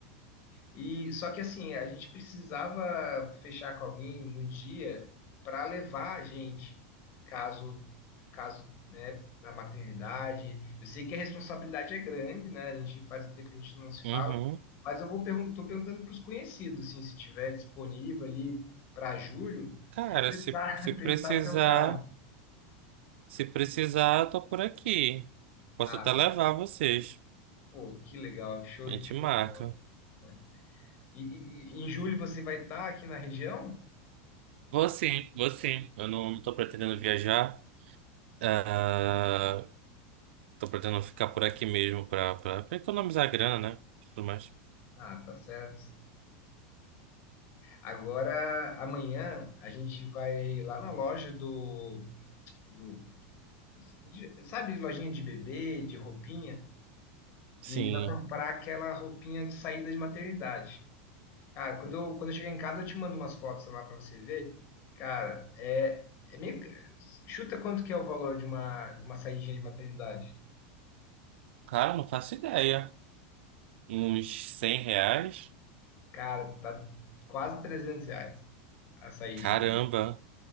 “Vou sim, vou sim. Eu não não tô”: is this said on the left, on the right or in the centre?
Right